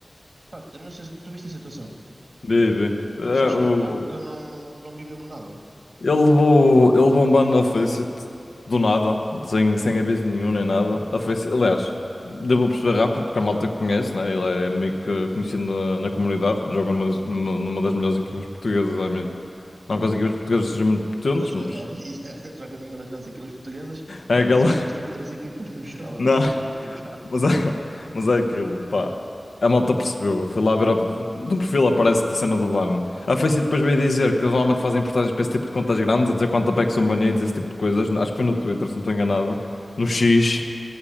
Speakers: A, on the right; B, on the left.
A: Pá, eu não sei, se- tu viste a situação?
B: Vive. É,
A: Consegues
B: o-
A: explicar? Que eu não, não vi mesmo nada.
B: Ele levou, ele levou um ban na Faceit do nada, sem, sem aviso nenhum nem nada. A Faceit, aliás, deu para perceber rápido, porque a malta que conhece, né? Ele é meio que conhecido na, na comunidade, joga numa das, numa numa das melhores equipas portuguesas, I mean. Não que as equipas portuguesas sejam muito potentes,
A: Pois,
B: mas
A: é, é, <laughs> e, é, joga numa das nossas equipas portuguesas,
B: é
A: quando
B: aquela.
A: só tens tipo três equipas no geral
B: <laughs>
A: é
B: Não.
A: um bocado <laughs> complicado.
B: Mas é, <laughs> mas é aquilo, pá. A malta percebeu. Foi lá ver. A... No perfil aparece-te a cena do ban. A Faceit depois veio dizer que eles normalmente fazem portagens para esse tipo de contas grandes, a dizer quanto é que são banidos, esse tipo de coisas. Acho que foi no Twitter, se não estou enganado. No X.